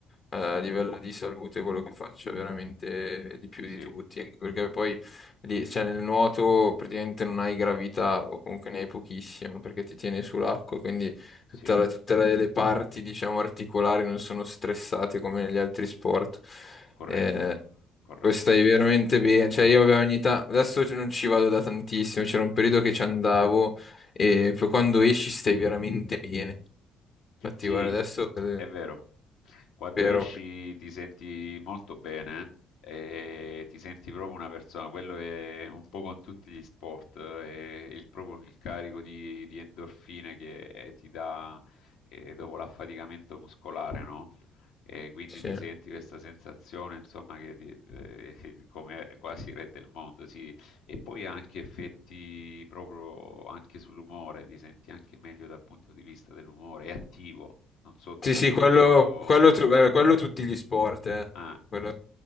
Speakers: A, on the left; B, on the left.
A: Eh, A livello di salute quello che faccio è veramente di più
B: sì,
A: di tutti, anche perché poi lì, cioè, nel nuoto praticamente non hai gravità o comunque ne hai pochissimo perché ti tieni sull'acqua, quindi tutta
B: sì,
A: la- tutte le, le parti diciamo articolari non sono stressate come negli altri sport.
B: corretto,
A: Eh,
B: corretto.
A: poi stai veramente bene, cioè io avevo ogni tanto, adesso non ci vado da tantissimo, c'era un periodo che ci andavo e poi quando esci stai veramente bene. Infatti
B: Sì,
A: guarda adesso, eh,
B: è vero. Quando
A: vero,
B: esci ti senti molto bene eh, e ti senti proprio una persona. Quello è un po' con tutti gli sport, eh, è il, proprio il carico di, di endorfine che eh, ti dà eh, dopo l'affaticamento muscolare, no? E quindi
A: sì.
B: ti senti questa sensazione, insomma, che ti- eh, <laughs> come quasi re del mondo. Sì, e poi ha anche effetti proprio anche sull'umore, ti senti anche meglio dal punto di vista dell'umore, è attivo, non so
A: Sì,
B: tu,
A: sì,
B: ma
A: quello,
B: io...
A: quello, tu- eh, quello tutti gli sport, eh.
B: Ah,
A: Quello